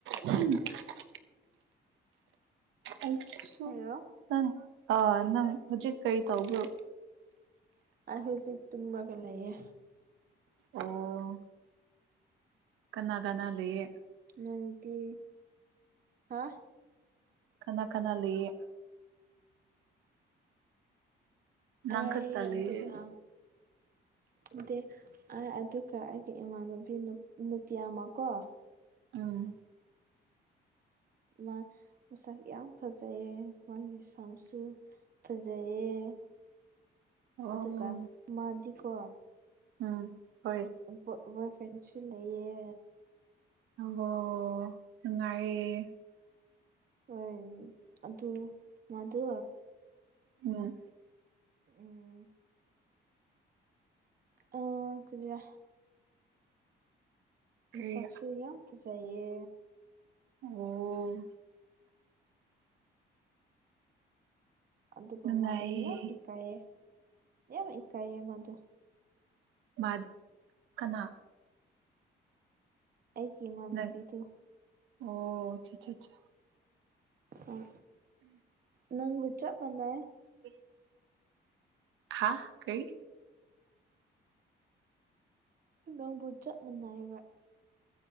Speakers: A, on the right (about 80°); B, on the right (about 50°).
A: ꯎꯝ <unintelligible> ꯑꯩꯁꯨ
B: ꯍꯥꯏꯔꯣ
A: ꯅꯪ ꯑ ꯅꯪ ꯍꯧꯖꯤꯛ ꯀꯔꯤ ꯇꯧꯕ꯭ꯔꯣ
B: ꯑꯩ ꯍꯧꯖꯤꯛ ꯇꯨꯝꯔꯒ ꯂꯩꯥꯌꯦ
A: ꯑꯣ ꯀꯅꯥ ꯀꯅꯥ ꯂꯩꯌꯦ꯫
B: ꯅꯪꯗꯤ ꯍꯥ
A: ꯀꯅꯥ ꯀꯅꯥ ꯂꯩꯌꯦ ꯅꯪ
B: ꯑꯩ
A: ꯈꯛꯇ ꯂꯩꯌꯦ
B: ꯑꯗꯨꯒ ꯎꯗꯦ ꯑꯗꯨꯒ ꯑꯩꯒꯤ ꯏꯃꯥꯟꯅꯨꯕꯤ ꯅꯨꯞ ꯅꯨꯄꯤ ꯑꯃ ꯀꯣ
A: ꯎꯝ
B: ꯃꯥ ꯃꯁꯛ ꯌꯥꯝ ꯐꯖꯩꯌꯦ ꯃꯥꯒꯤ ꯁꯝꯁꯨ ꯐ꯫ ꯐꯖꯩꯌꯦ
A: ꯑꯣ
B: ꯑꯗꯨꯒ ꯃꯥꯗꯤꯀꯣ
A: ꯎꯝ ꯍꯣꯏ
B: ꯕꯣꯏ ꯕꯣꯏ ꯐ꯭ꯔꯦꯟꯁꯨ ꯂꯩꯌꯦ꯫
A: ꯑꯪꯒꯣ ꯅꯨꯡꯉꯥꯏꯌꯦ꯫
B: ꯑꯣꯏ ꯑꯗꯨ ꯃꯗꯨ꯫
A: ꯎꯝ꯫
B: ꯎꯝ꯫ ꯑꯪ ꯀꯨꯖꯤꯔꯥ꯫
A: ꯀꯔꯤ
B: ꯃꯁꯛꯁꯨ ꯌꯥꯝ ꯐꯖꯩꯌꯦ꯫
A: ꯑꯣ꯫
B: ꯑꯗꯨꯒ
A: ꯅꯨꯡꯉꯥꯏꯌꯦ
B: ꯃꯗꯨ ꯌꯥꯝ ꯏꯀꯥꯏꯌꯦ ꯌꯥꯝ ꯏꯀꯥꯏꯌꯦ ꯃꯗꯨ꯫
A: ꯃꯠ ꯀꯅꯥ꯫
B: ꯑꯩꯒꯤ ꯏꯃꯥꯟꯅꯕꯤꯗꯣ꯫
A: ꯅꯪ ꯑꯣ 'unintelligible'꯫
B: ꯑꯝ ꯅꯪꯒ ꯆꯞ ꯃꯅꯩꯌꯦ꯫
A: 'unintelligible' ꯍꯥꯥ ꯀꯩ꯫
B: ꯅꯪꯕꯨ ꯆꯞ ꯃꯥꯟꯅꯏꯕ